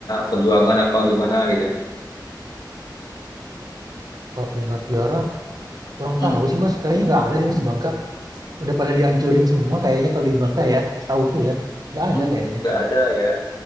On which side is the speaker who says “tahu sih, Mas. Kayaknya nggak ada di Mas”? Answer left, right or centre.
Right